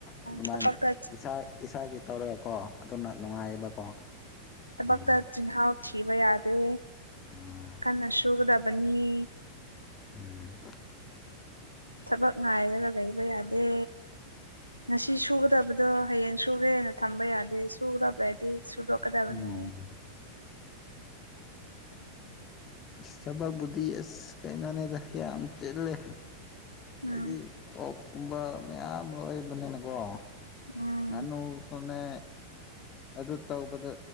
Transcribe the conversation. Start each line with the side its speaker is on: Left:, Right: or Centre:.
Left: ꯑꯗꯨꯃꯥꯏꯅ
Right: ꯊꯕꯛꯇ
Left: ꯏꯁꯥ ꯏꯁꯥꯒꯤ ꯇꯧꯔꯒꯀꯣ ꯑꯗꯨꯅ ꯅꯨꯡꯉꯥꯏꯌꯦꯕꯀꯣ꯫
Right: ꯊꯕꯛꯇ
Left: ꯎꯝ
Right: ꯆꯤꯟꯍꯥꯎ ꯊꯤꯕ ꯌꯥꯗꯦ
Left: ꯎꯝ
Right: ꯀꯟꯅ ꯁꯨꯒꯗꯕꯅꯤ꯫
Left: ꯎꯝ꯫
Right: ꯊꯕꯛ ꯉꯥꯏꯔꯒ ꯂꯩꯕ ꯌꯥꯗꯦ꯫ ꯉꯁꯤ ꯁꯨꯒꯗꯕꯗꯣ ꯍꯌꯦꯡ ꯁꯨꯒꯦꯅ ꯊꯝꯕ ꯌꯥꯗꯦ ꯁꯨꯒꯗꯕ ꯂꯩꯗꯤ ꯁꯨꯗꯣꯛꯀꯗꯕꯅꯤ꯫
Left: ꯎꯝ ꯏꯁ ꯊꯕꯛꯄꯨꯗꯤ ꯑꯁ ꯀꯩꯅꯣꯅꯦꯗ ꯌꯥꯝ ꯆꯤꯜꯂꯦ
Right: ꯎꯝ
Left: ꯍꯥꯏꯗꯤ ꯑꯣꯛ ꯀꯨꯝꯕ ꯃꯌꯥꯝ ꯂꯣꯏꯕꯅꯤꯅꯀꯣ꯫
Right: ꯎꯝ
Left: ꯉꯥꯅꯨꯁꯨꯅꯦ ꯑꯗꯨ ꯇꯧꯕꯗꯨ